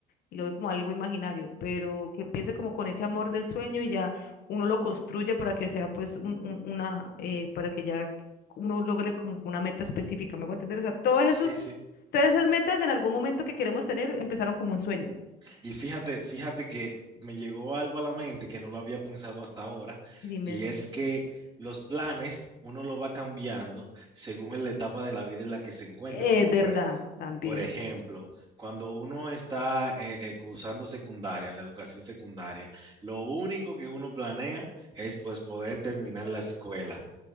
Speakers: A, on the left; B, on the right.
A: y lo ve como algo imaginario, pero que empiece como con ese amor del sueño y ya uno lo construye para que sea pues un- un- una, eh, para que ya uno logre como que una meta específica, ¿me hago entender? O sea, todos esos,
B: Sí, sí.
A: todas esas metas en algún momento que queremos tener empezaron como un sueño.
B: Y fíjate, fíjate que me llegó algo a la mente que no lo había pensado hasta ahora,
A: Dime,
B: y
A: dime.
B: es que los planes uno lo va cambiando según en la etapa de la vida en la que se encuentre,
A: Es
B: porque
A: verdad,
B: por, e-
A: también.
B: por ejemplo, cuando uno está eh, eh, cursando secundaria, la educación secundaria, lo único que uno planea es pues poder terminar la escuela.